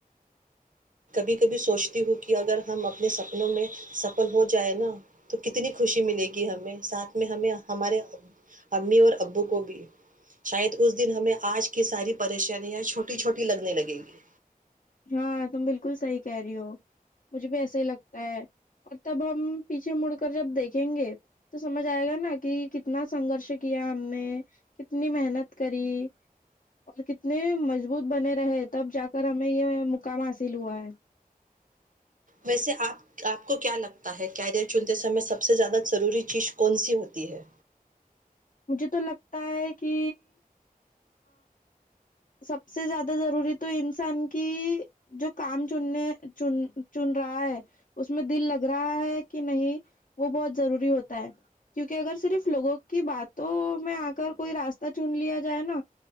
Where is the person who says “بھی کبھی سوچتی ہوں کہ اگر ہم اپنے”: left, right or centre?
Right